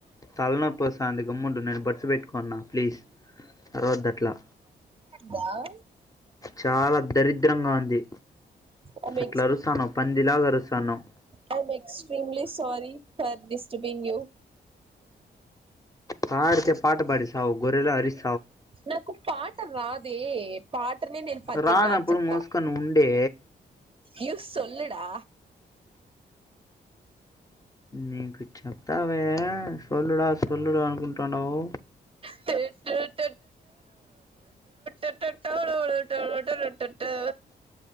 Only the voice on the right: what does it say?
వావ్.
ఐఎమ్
I am extremely sorry for disturbing you.
నాకు పాట రాదే పాట. త్రి నేను పద్యం
లాగా చెప్తా
యూస్. సొల్లుడా.
స స టూటుటూ టూటూడు టూటు.